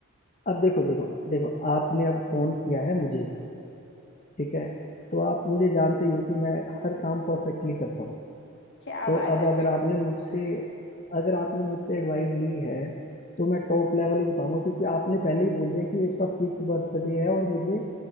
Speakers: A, on the left; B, on the left.
A: अब देखो देखो देखो आपने अब फोन किया है मुझे ठीक है तो आप मुझे जानते ही हो कि मैं हर काम परफेक्टली करता हूँ
B: क्या
A: तो
B: बात
A: अब
B: है
A: अगर आपने मुझसे अगर आपने मुझसे एडवाइस ली है तो मैं टॉप लेवल ही बताऊंगा क्योंकि आपने पहले ही बोल दिया कि ये इसका फिफ्थ बर्थडे है और मुझे